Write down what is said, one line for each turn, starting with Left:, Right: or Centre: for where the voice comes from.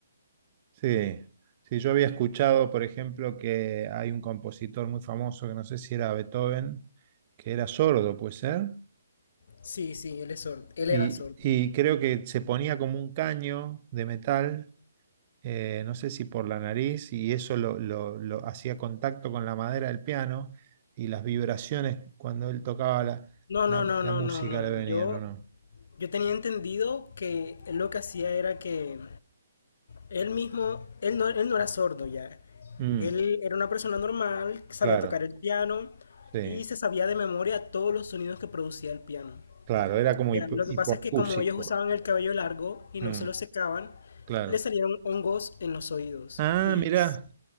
Right: Sí. Sí, yo había escuchado, por ejemplo, que hay un compositor muy famoso, que no sé si era Beethoven, que era sordo, ¿puede ser?
Left: Sí, sí, él es sordo, él
Right: Y,
Left: era sordo.
Right: y creo que se ponía como un caño de metal eh, no sé si por la nariz, y eso lo, lo- lo hacía contacto con la madera del piano y las vibraciones cuando él tocaba la,
Left: No,
Right: la-
Left: no, no,
Right: la
Left: no,
Right: música
Left: no, no.
Right: le venían,
Left: Yo,
Right: ¿o no?
Left: yo tenía entendido que él lo que hacía era que Él mismo, él no, él no era sordo ya.
Right: Mm,
Left: Él era una persona normal, que sabía
Right: claro,
Left: tocar el piano
Right: sí,
Left: y se sabía de memoria todos los sonidos que producía el piano.
Right: claro, era como
Left: Ya,
Right: hipo-
Left: lo
Right: hipoacúsico.
Left: que pasa es que como ellos usaban el cabello largo y no
Right: Mm,
Left: se lo secaban,
Right: claro.
Left: le salieron hongos en los oídos
Right: Ah,
Left: y
Right: mirá,
Left: s-